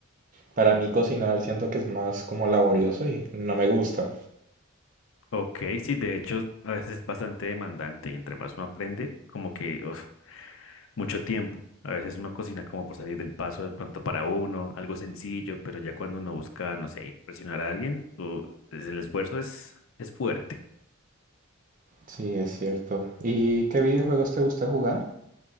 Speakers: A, on the right; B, on the left.
A: para mí cocinar siento que es más como laborioso y no me gusta.
B: Ok, sí, de hecho, a veces es bastante demandante y entre más uno aprende, como que uf, mucho tiempo. A veces uno cocina como por salir del paso de pronto para uno, algo sencillo, pero ya cuando uno busca, no sé, impresionar a alguien, o- es- el esfuerzo es, es fuerte.
A: Sí, es cierto. ¿Y qué videojuegos te gusta jugar?